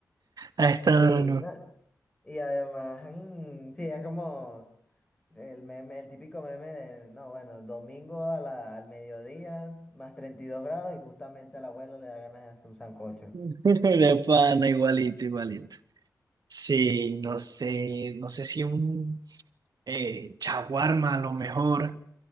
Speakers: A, on the right; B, on the left.
A: A esta
B: Sí,
A: hora no.
B: ¿no? Y además, mm, sí, es como. El meme, el típico meme de, no, bueno, domingo a la- al mediodía, más 32 grados y justamente al abuelo le da ganas de hacer un sancocho.
A: <laughs> De pana, igualito, igualito. Sí, no sé, no sé si un eh, chaguarma a lo mejor,